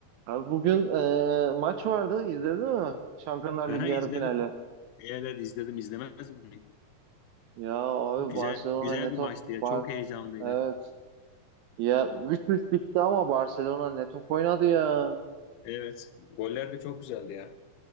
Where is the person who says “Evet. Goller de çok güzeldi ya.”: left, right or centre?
Left